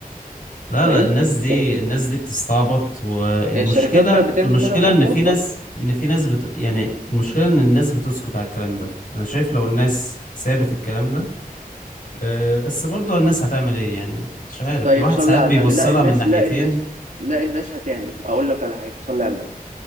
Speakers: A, on the left; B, on the right.
A: لا
B: فهمت
A: لا الناس دي
B: الشركات
A: الناس دي بتستعبط والمشكلة
B: الشركات بقى بتعمل
A: المشكلة
B: كده عشان
A: ان
B: توفر
A: في ناس ان في ناس بت... يعني المشكلة ان الناس بتسكت على الكلام ده انا شايف لو الناس سابت الكلام ده أه بس برضه الناس هتعمل ايه يعني مش عارف
B: طيب
A: الواحد
B: صلي
A: ساعات
B: على
A: بيبص
B: النبي لا
A: لها
B: الناس
A: من ناحيتين
B: لا الناس لا الناس هتعمل اقول لك على حاجه صلي على النبي